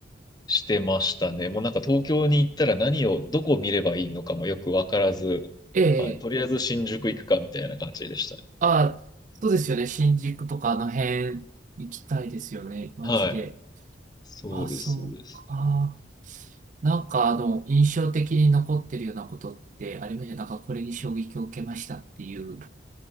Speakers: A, on the left; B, on the right.
A: してましたね。もうなんか東京に行ったら何を、どこを見ればいいのかもよくわからず、
B: ええ、
A: はい、とりあえず新宿行くかみたいな感じでしたね。
B: あそうですよね。新宿とかあの辺行きたいですよね。街で。
A: はい。そうです、
B: ああ、そうか。
A: そうです。
B: あ、なんかあの、印象的に残ってるようなことってありました。なんかこれに衝撃を受けましたっていう